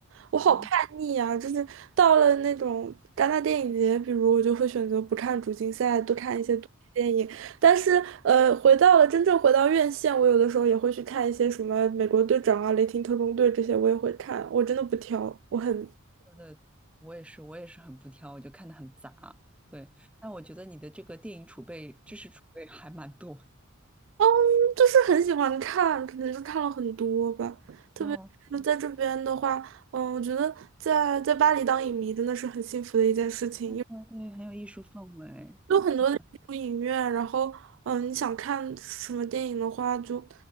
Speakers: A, on the right; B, in the centre.
A: 我好叛逆啊！
B: 嗯，
A: 就是到了那种戛纳电影节，比如我就会选择不看主竞赛，多看一些独立电影。但是，呃，回到了真正回到院线，我有的时候也会去看一些什么《美国队长》啊、《雷霆特工队》这些，我也会看。我真的不挑，我很
B: 对对，我也是，我也是很不挑，我就看的很杂。对，但我觉得你的这个电影储备、知识储备还蛮多。
A: 嗯，就是很喜欢看，可能是看了很多吧。特别是在这边的话，
B: 哦，
A: 嗯，我觉得在在巴黎当影迷真的是很幸福的一件事情，
B: 对对，
A: 因为
B: 很有艺术氛围。
A: 有很多的艺术影院，
B: 对。
A: 然后嗯，你想看什么电影的话，就